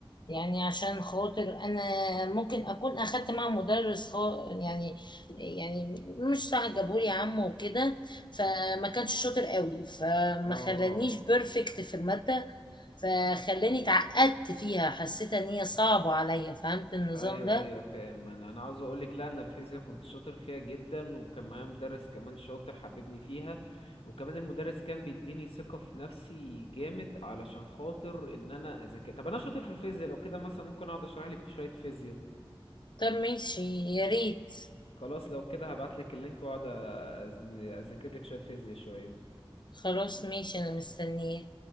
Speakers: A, on the left (about 50°); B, on the left (about 85°).
A: يعني عشان خاطر انا ممكن اكون اخدت مع مدرس خا... يعني يعني مش صح جابولي عم وكده فما كانش شاطر قوي فما
B: اه
A: خلانيش
B: اه
A: بيرفكت في الماده فخلاني اتعقدت فيها حسيت ان هي صعبه عليا فهمت النظام
B: ايوه
A: ده
B: ايوه فاهم انا انا عاوز اقولك لا انا الفيزياء كنت شاطر فيها جدا وكان معايا مدرس كمان شاطر حببني فيها وكمان المدرس كان بيديني ثقة في نفسي جامد علشان خاطر ان انا اذاكر طب انا شاطر في الفيزياء لو كده مثلا ممكن اقعد اشرح لك شوية فيزياء
A: طب ماشي يا ريت
B: خلاص لو كده هبعت لك اللينك واقعد أز- اذاكر لك شوية فيزياء شوية
A: خلاص ماشي انا مستنيه